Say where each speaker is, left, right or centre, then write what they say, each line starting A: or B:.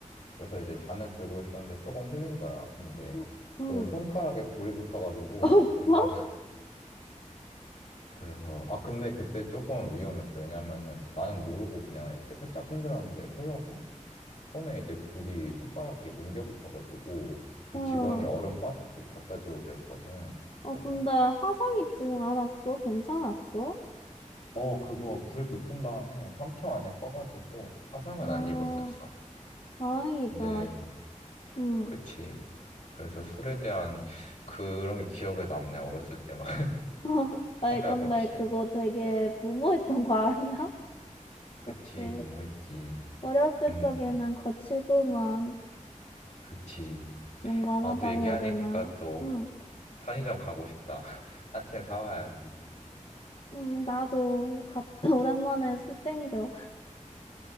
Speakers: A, on the left; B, on the left.
A: 그래서 이제 잔을 들고 있었는데 조금 흘린 거야. 근데
B: 응, 응.
A: 그 손가락에 불이 붙어가지고
B: <laughs> 어,
A: 일단
B: 뭐?
A: 그래서 아 근데 그때 조금 위험했어. 왜냐면은 나는 모르고 그냥 이렇게 살짝 흔들었는데 흘러서 손에 이제 불이 손가락이 옮겨 붙어가지고 그
B: 응.
A: 직원이 얼음 바스켓 갖다 주고 그랬거든. 그래서
B: 어, 근데 화상 입지는 않았어? 괜찮았어?
A: 어 그거 불 붙은 다음에 3초 안에 꺼가지고 화상은
B: 아,
A: 안 입었었어.
B: 다행이다.
A: 근데
B: 응.
A: 그치. 그래서 술에 대한 그런 게 기억에 남네. 어렸을 때 막
B: <laughs>
A: <laughs>
B: 아이,
A: 생각
B: 근데
A: 없이.
B: 그거 되게 무모했던 거 아니야? <laughs>
A: 그치
B: 역시.
A: 무모했지.
B: 어렸을
A: 음
B: 적에는 거칠구만
A: 그치.
B: 용감하다고
A: 아 또 얘기하니까
B: 해야 되나?
A: 또
B: 응,
A: 편의점 가고 싶다. <laughs> 한 캔 사와야지.
B: 응, 나도 갑, <laughs> <clears throat> 오랜만에 술 땡겨.